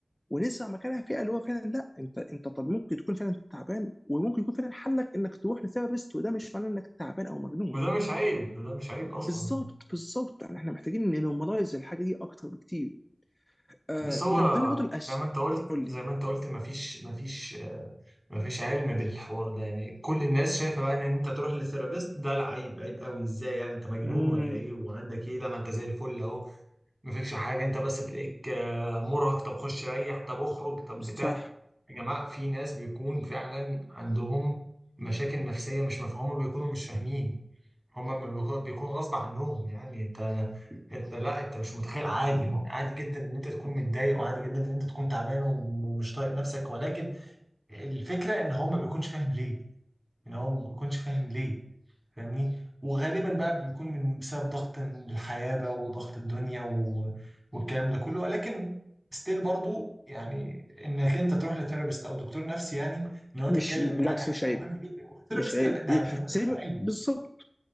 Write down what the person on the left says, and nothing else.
ونسمع مكانها فئه اللي هو فعلا لا انت انت طب ممكن تكون فعلا تعبان وممكن يكون فعلا حلك انك تروح لثيرابيست وده مش معناه انك تعبان او مجنون
بالظبط بالظبط يعني احنا محتاجين ننورماليز الحاجه دي اكتر بكتير آه
من ضمن برضه الأش
قول لي
امم
صح
مش بالعكس
مش عيب
مش عيب
إيه،
زي ما-
بالظبط